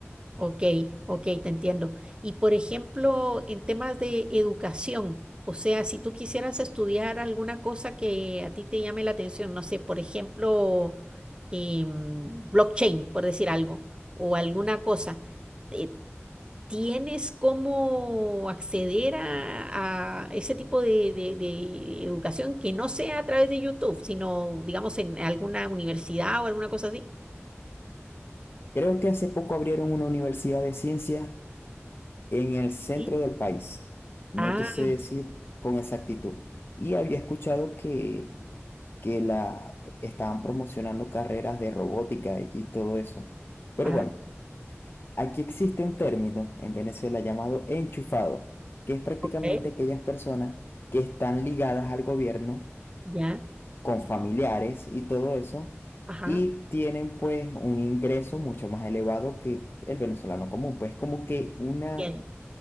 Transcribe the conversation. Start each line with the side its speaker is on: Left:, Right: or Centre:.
Right: Ok, ok, te entiendo. Y por ejemplo, en temas de educación, o sea, si tú quisieras estudiar alguna cosa que a ti te llame la atención, no sé, por ejemplo, em, blockchain, por decir algo, o alguna cosa, eh, ¿tienes cómo acceder a, a ese tipo de, de- de educación que no sea a través de YouTube, sino, digamos, en alguna universidad o alguna cosa así?
Left: Creo que hace poco abrieron una universidad de ciencias en el centro
Right: Sí.
Left: del país. No
Right: Ah,
Left: te sé decir con exactitud. Y había escuchado que que la eh, estaban promocionando carreras de robótica y, y todo eso. Pero
Right: ah,
Left: bueno, aquí existe un término en Venezuela llamado enchufado, que es prácticamente
Right: ok,
Left: aquellas personas que están ligadas al gobierno
Right: ya,
Left: con familiares y todo eso,
Right: ajá.
Left: y tienen pues un ingreso mucho más elevado que el venezolano común, pues como que una,
Right: Bien,